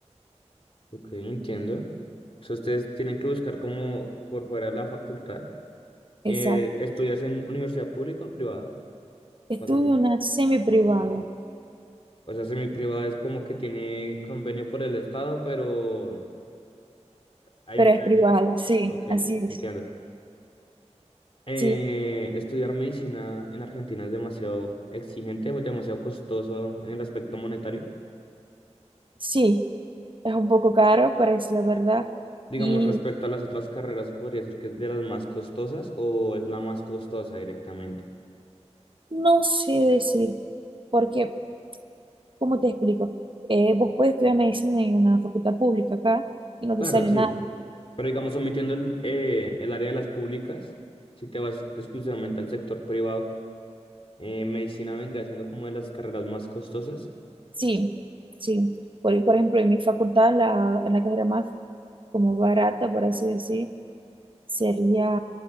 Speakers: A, on the left; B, on the right.
A: Ok, entiendo. O sea, ustedes tienen que buscar como por fuera de la facultad. Eh,
B: Exacto.
A: ¿estudias en universidad pública o privada?
B: Estudio
A: Para ser honesto.
B: una semi privada,
A: O sea, semi-privada es como que tiene convenio por el Estado, pero hay
B: pero
A: mucha
B: es
A: gente
B: privada,
A: que...
B: sí,
A: Ok,
B: así es.
A: entiendo. Eh,
B: Sí,
A: estudiar medicina en Argentina es demasiado exigente, es demasiado costoso en el aspecto monetario.
B: Sí, es un poco caro, parece la verdad.
A: Digamos,
B: Y
A: respecto a las otras carreras, ¿se podría decir que es de las más costosas o es la más costosa directamente?
B: no sé decir, porque, ¿cómo te explico? Eh, vos puedes estudiar medicina en una facultad pública acá y no
A: Claro,
B: te sale
A: sí,
B: nada.
A: pero digamos, omitiendo el, eh, el área de las públicas, si te vas exclusivamente al sector privado, eh, medicina vendría siendo como de las carreras más costosas,
B: Sí, sí. Por, por ejemplo, en mi facultad, la, en la carrera más como barata, por así decir, sería